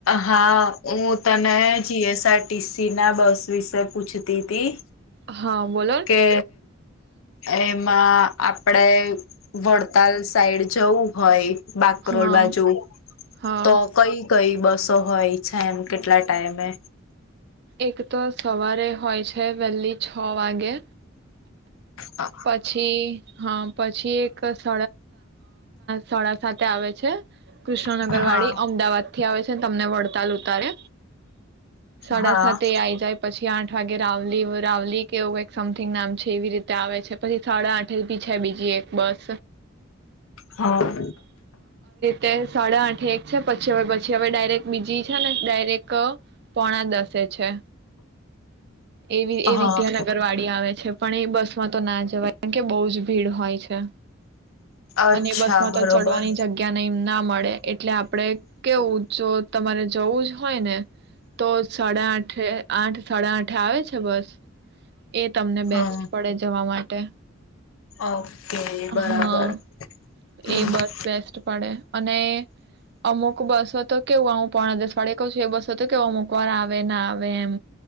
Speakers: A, on the left (about 85°); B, on the right (about 55°).
A: હા ઉ તને જી એસ ટીસી ના બસ વિશે પૂછતી હતી,
B: હા બોલો ન.
A: કે એ માં આપણે વડતાલ સાઈડ જવું હોય બાગકોલ
B: હા
A: બાજુ
B: હા
A: તો કઈ કઈ બસો હોય છે, એમ કેટલા ટાઈમે
B: એક તો સવારે હોય છે. <unintelligible> છ વાગે
A: હા
B: પછી હ પછી એક સ સાથે આવે છે. કૃષ્ણનગર
A: હા
B: વાળી અમદાવાદ થી આવે છેને તમને વડતાલ ઉતારે, સાડા
A: હા
B: સાતે આવી જાય પછી આઠ વાગે રાવલી રવલી કેવું કઈક સમથિંગ નામ છે, એવી રીતે આવે છે. પછી સાડા આઠ બી છે, બીજી એક બસ.
A: હા.
B: તે સાડા આઠે એક છે, પછી પછી હવે ડાયરેક્ટ બીજી છે ને ડાયરેક્ટ પોણા દસે છે. એવી <unintelligible>
A: હા
B: એ વિદ્યાનગર વાડીી આવે છે. પણ એ બસ માં તો ના જવાય <unintelligible> કે બઉુ જ ભીડ હોય છે.
A: અચ્છા
B: અને બસ માં
A: બરોબર
B: તો ચડવાની જગ્યા. ના મળે એટલે આપણે કેવું જો તમારે જવું જ હોય ને તો સાડા આઠ આઠ સાડા આઠ. <unintelligible> છે, બસ. એ તમને
A: હા
B: બેસ્ટ પડે જવા માટે.
A: ઓકે બરાબર.
B: હા એ
A: હમ
B: બસ બેસ્ટ પડે અને અમુક બસો તો કેવું હું પોણા દસ વાડે કઉ છું એ બસો તો કેવ અમુક વાર આવે ના આવે એમ